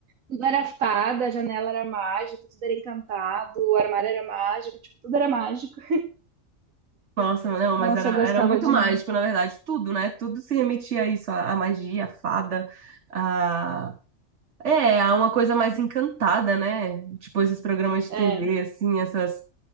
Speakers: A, on the right; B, on the right.
A: Tudo era fada, a janela era mágica, tudo era encantado, o armário era mágico, tipo, tudo era mágico.
B: Nossa, não,
A: Nossa,
B: mas era,
A: eu gostava
B: era muito
A: demais.
B: mágico, na verdade, tudo, né? Tudo se remetia a isso, a, a magia, a fada, a... É, a uma coisa mais encantada, né? Tipo, esses programas de
A: É,
B: TV, assim, essas,